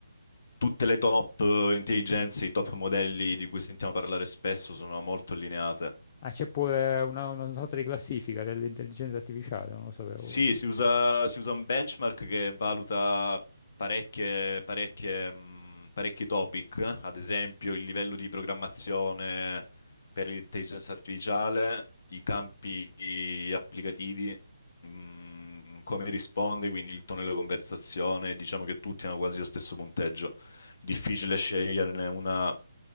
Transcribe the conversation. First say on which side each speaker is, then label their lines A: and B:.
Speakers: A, on the left; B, on the left.
A: tutte le top intelligenze, i top modelli di cui sentiamo parlare spesso sono molto allineate.
B: Ah, c'è pure una, una sorta di classifica dell'intelligenza artificiale, non lo sapevo
A: Sì,
B: questo.
A: si usa, si usa un benchmark che valuta parecchie, parecchie, mh, parecchi topic, ad esempio il livello di programmazione per l'intelligenza artificiale, i campi applicativi, mh, come risponde, quindi il tono della conversazione, diciamo che tutti hanno quasi lo stesso punteggio. Difficile sceglierne una